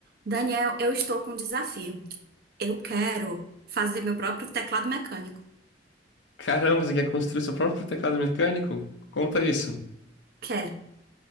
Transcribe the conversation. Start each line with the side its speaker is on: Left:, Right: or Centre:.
Right: Daniel, eu estou com um desafio. Eu quero fazer meu próprio teclado mecânico.
Left: Caramba, você quer construir seu próprio teclado mecânico? Conta isso.
Right: Quero.